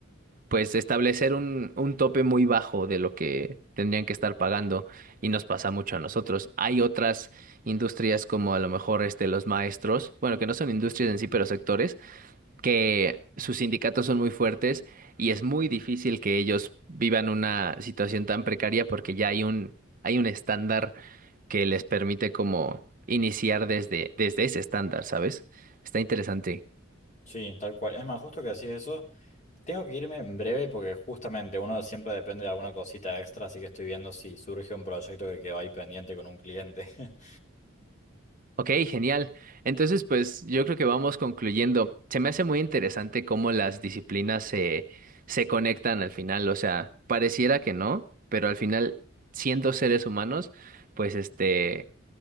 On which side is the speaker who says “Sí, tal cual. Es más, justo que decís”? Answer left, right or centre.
Left